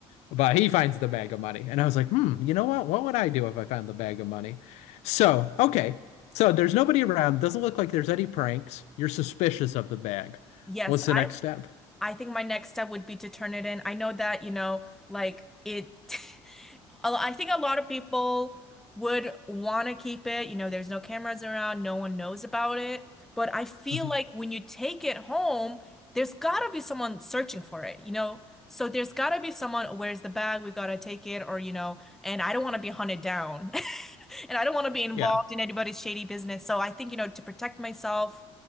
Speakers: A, on the left; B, in the centre.
A: but he finds the bag of money. And I was like, hmm, you know what? What would I do if I found the bag of money? So, okay. So there's nobody around. Doesn't look like there's any pranks. You're suspicious of the bag.
B: Yes,
A: What's the
B: I'm
A: next step?
B: I think my next step would be to turn it in. I know that, you know, like it <laughs> a- I think a lot of people would want to keep it. You know, there's no cameras around, no one knows about it. But I feel
A: Mhm.
B: like when you take it home, there's gotta be someone searching for it, you know? So there's gotta be someone, where's the bag? We gotta take it, or, you know, and I don't want to be hunted down. <laughs> And I don't want to be involved
A: Yeah.
B: in anybody's shady business. So I think, you know, to protect myself,